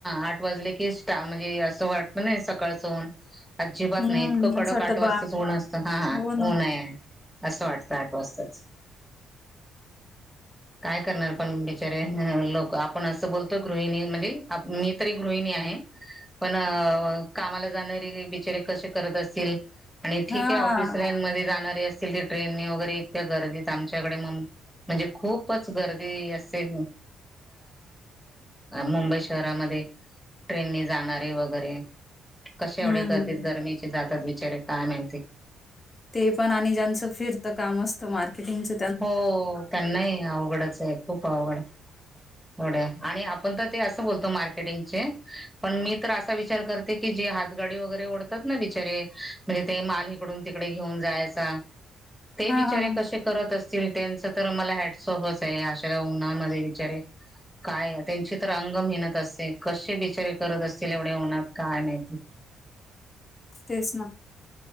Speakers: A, in the centre; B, on the left (about 30°).
A: आठ वाजले की स्टा म्हणजे असं वाटत नाही सकाळचं ऊन अजिबात
B: हम्म.
A: नाही इतकं कडक
B: असं वाटतं
A: आठ वाजतच ऊन असतं हा
B: हो ना.
A: ऊन आहे असं वाटतं आठ वाजताच काय करणार पण बिचारे लोक आपण असं बोलतो गृहिणी म्हणजे मी तरी गृहिणी आहे पण कामाला जाणारे बिचारे कसे करत असतील आणि ठीक
B: हां.
A: आहे ऑफिस लाईन मध्ये जाणारे असतील ती ट्रेनने वगैरे इतक्या गर्दीत आमच्याकडे म म्हणजे खूपच गर्दी असते मुंबई शहरामध्ये ट्रेनने जाणारे वगैरे कशा एवढ्या
B: हम्म.
A: गर्दीत गर्मीचे जातात बिचारे काय माहिती
B: ते पण आणि ज्यांचं फिरतं काम असतं मार्केटिंगच
A: हो त्यांनाही अवघडच आहे खूप अवघड ड्या आणि आपण तर ते असं बोलतो मार्केटिंगचे पण मी तर असा विचार करत की जी हातगाडी वगैरे ओढतात ना बिचारे म्हणजे ते माल हिकडून तिकडे घेऊन जायचा
B: <inaudible>
A: ते बिचारे
B: हां.
A: कसे करत असतील त्यांच तर मला हॅडसॉफच आहे आशा उन्हामध्ये बिचारे काय त्यांची तर अंग मेहनत असते कसे बिचारे करत असतील एवढ्या होणार काय माहिती
B: तेच ना